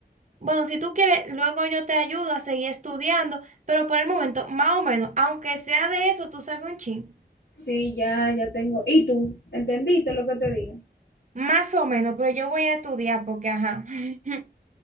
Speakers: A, on the right (about 45°); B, on the left (about 70°).
A: Bueno, si tú quieres, luego yo te ayudo a seguir estudiando, pero por el momento, más o menos, aunque sea de eso, tú sabes un chin.
B: Sí, ya, ya tengo. ¿Y tú? ¿Entendiste lo que te dije?
A: Más o menos, pero yo voy a estudiar porque, ajá. <laughs>